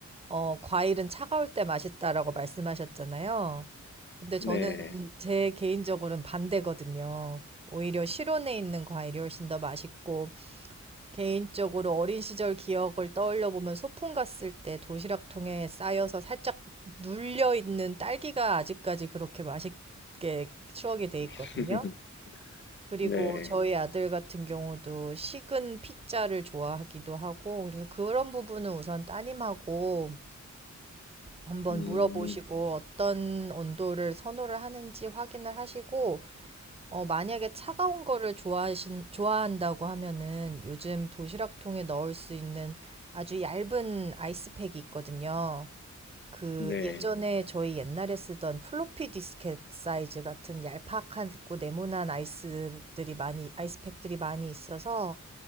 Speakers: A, on the right; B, on the left.
A: 어, 과일은 차가울 때 맛있다라고 말씀하셨잖아요. 근데
B: 네.
A: 저는 제 개인적으로는 반대거든요. 오히려 실온에 있는 과일이 훨씬 더 맛있고, 개인적으로 어린 시절 기억을 떠올려 보면 소풍 갔을 때 도시락통에 쌓여서 살짝 눌려 있는 딸기가 아직까지 그렇게 맛있게 추억이 돼
B: <laughs>
A: 있거든요. 그리고
B: 네.
A: 저희 아들 같은 경우도 식은 피자를 좋아하기도 하고, 그래서 그런 부분은 우선 따님하고 한번
B: 음,
A: 물어보시고 어떤 온도를 선호를 하는지 확인을 하시고, 어, 만약에 차가운 거를 좋아하신, 좋아한다고 하면은 요즘 도시락통에 넣을 수 있는 아주 얇은 아이스팩이 있거든요. 그
B: 네.
A: 예전에 저희 옛날에 쓰던 플로피 디스켓 사이즈 같은 얄팍하고 네모난 아이스들이 많이 아이스팩들이 많이 있어서